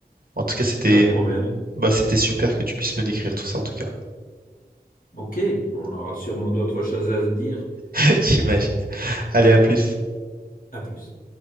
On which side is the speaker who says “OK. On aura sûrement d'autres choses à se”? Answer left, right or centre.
Left